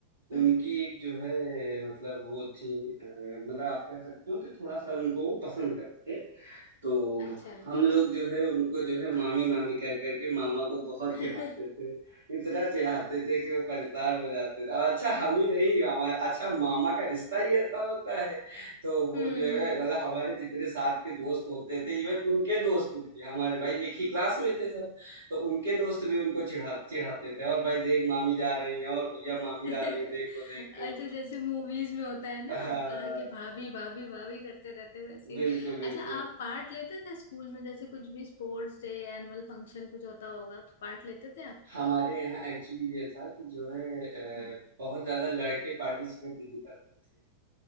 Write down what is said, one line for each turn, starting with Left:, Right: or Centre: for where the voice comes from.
Right: उनकी
Left: हम्म
Right: एक जो है मतलब वो थी अ, मतलब आप कह सकते हो कि थोड़ा-सा उनको वो पसंद करते थे। तो
Left: अच्छा
Right: हम लोग जो है उनको जो है मामी मामी कह करके मामा को बहुत
Left: <laughs>
Right: चिढ़ाते थे इतना चिढ़ाते थे कि वो परेशान हो जाते थे और अच्छा
Left: हम्म
Right: हम ही नहीं हमारा अच्छा मामा का रिश्ता ही ऐसा होता है तो वो
Left: हम्म
Right: जो है मतलब हमारे जितने साथ के दोस्त होते थे इवन उनके दोस्त भी हमारे भाई एक ही क्लास में थे सब तो उनके दोस्त भी उनको चिढ़ा चिढ़ाते थे और भाई देख मामी जा रही है और भैया मामी
Left: <laughs>
Right: जा रही है देख लो देख
Left: अच्छा
Right: लो
Left: जैसे मूवीज में होता है ना
Right: हाँ
Left: अ, कि भाभी भाभी भाभी करते रहते हैं, वैसे ही।
Right: बिल्कुल बिल्कुल
Left: अच्छा आप पार्ट लेते थे स्कूल में जैसे कुछ भी स्पोर्ट्स डे एनुअल फंक्शन कुछ होता होगा तो पार्ट लेते थे आप
Right: हमारे यहाँ एक्चुअली ये था कि जो है अ,
Left: हम्म
Right: बहुत ज़्यादा लड़के पार्टिसिपेट नहीं करते थे